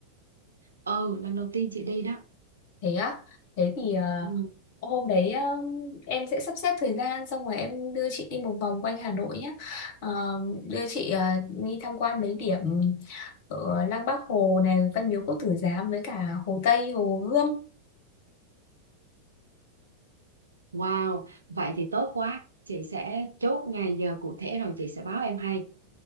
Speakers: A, on the right (about 75°); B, on the left (about 50°).
A: ừ lần đầu tiên chị đi đó
B: Thế á, thế thì ờ,
A: ừ.
B: hôm đấy ờ, em sẽ sắp xếp thời gian xong rồi em đưa chị đi một vòng quanh Hà Nội nhé. Ờ, đưa chị ờ, đi tham quan mấy điểm ở Lăng Bác Hồ này, Văn Miếu Quốc Tử Giám với cả Hồ Tây, Hồ Gươm.
A: Wow, vậy thì tốt quá. Chị sẽ chốt ngày giờ cụ thể rồi chị sẽ báo em hay.